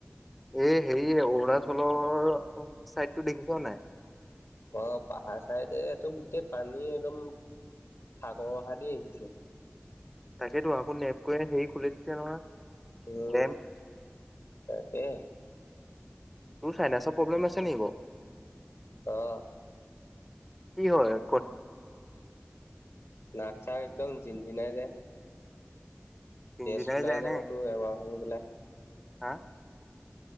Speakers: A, in the centre; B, on the left.
A: এ হে অৰুণাচলৰ চাইডটো দেখিছ নাই?
B: অ' পাহাৰ চাইডেটো গোটেই পানী একদম সাগৰ অহা দি আহিছে
A: তাকেতো আকৌ নেপকৈয়েত হেৰি খুলি দিছে নহয়
B: উম,
A: ডেম।
B: তাকে
A: তোৰ চাইনেৰচৰ প্ৰব্লেম আছে নি বাৰু?
B: অহ,
A: কি হয় এই
B: নাগ চাগ একদম জিন জিনাই যায়
A: ইঞ্জিনিয়াৰ
B: তেজ ওলাই
A: যায়
B: যাবতো
A: নে?
B: এবাৰ শুঙি পেলাই
A: হা